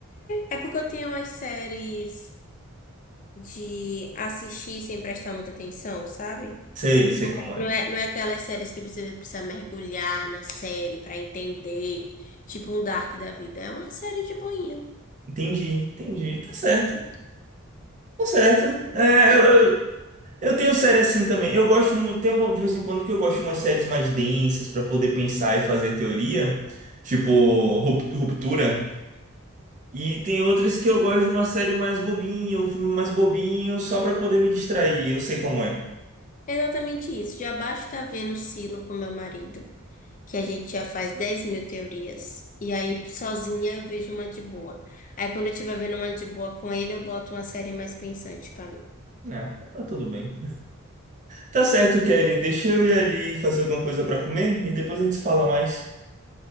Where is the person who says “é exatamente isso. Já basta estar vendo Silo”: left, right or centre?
Left